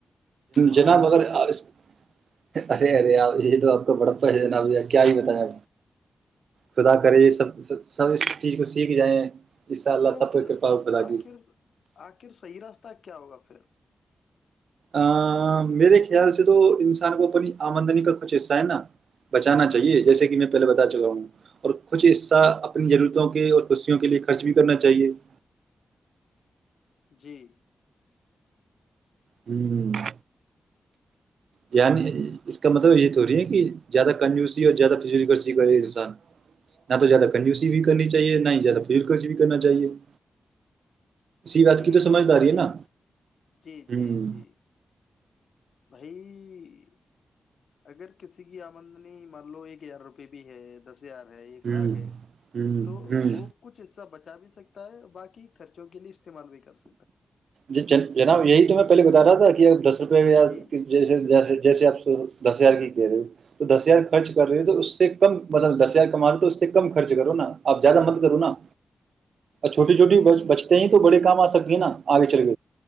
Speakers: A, on the left (about 75°); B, on the right (about 70°).
A: سبحان
B: جناب
A: اللہ
B: اگر <unintelligible> ارے ارے آپ یہ تو آپ کا بڑا پیس جناب کیا ہی بتیا آ خدا کرے یہ سبب سب اس چیز کو سیکھ جائیں <unintelligible>
A: تو
B: سب
A: پھر
B: کو کرپا و خدا
A: آخر
B: کی
A: آخر صحیح راستہ <unintelligible> ت کیا ہوگا پھر <unintelligible>
B: ا میرے خیال سے تو انسان کو اپنی آمدنی کا کچھ حصہ ہے نا بچانا چاہیے جیسے کہ میں پہلے بتا چکا ہوں اور کچھ حصہ اپنی ضرورتوں کے اور خوشیوں کے لیے خرچ بھی کرنا چاہیے <unintelligible>
A: جی <unintelligible>
B: ہوں <unintelligible> یعنی اس کا مطلب یہ تو ہو رہی ہے کہ زیادہ کنجوسی اور زیادہ فجول کرضی کرے انسان نہ تو زیادہ کنجوسی بھی کرنی چاہیے نہ ہی زیادہ فجول کرض بھی کرنا چاہیے <unintelligible> بات
A: یہی
B: کی تو
A: سمجھداری ہے
B: نا
A: بس جی
B: ہوں
A: جی جی بائی <unintelligible> ہین <unintelligible> ج <inaudible> <unintelligible> اگر کسی کی آمدنی مان لو ایک ہزار روپئے بھی ہے دس <unintelligible> <unintelligible> آ رہے ہیں ایک
B: ہوں
A: لاکق ہے
B: ہوں
A: تو وہ کچھ حصہ بچ <unintelligible> بچا بھی سکتا ہے باقی خرچوں کے لیے استعمال بھی کر سکتا ہیں <unintelligible>
B: جی ج جناب یہی تو میں <unintelligible> بتا رہا تھا کہ دس <unintelligible> روپ
A: جی
B: جیسے جیسے جیسے آپ <unintelligible> دس ہزار کہہ رہے ہو تو دس ہزار خرچ کر رہے ہو اس کم دس ہزار کما رہ تو سے کم خرچ کرو نا آپ زیادہ مت کرو نا چھوٹی چھوٹی بچتے ہی تو بڑے کام آ سکتے <unintelligible> ن آگچرک